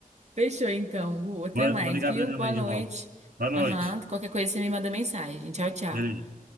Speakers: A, on the right (about 50°); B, on the right (about 80°).
A: Fechou então, Gu. Até
B: Vou,
A: mais,
B: vou ligar
A: viu?
B: pra minha
A: Boa
B: mãe
A: noite.
B: de volta. Boa noite.
A: Aham. Qualquer coisa você me manda mensagem. Tchau, tchau.
B: Beleza.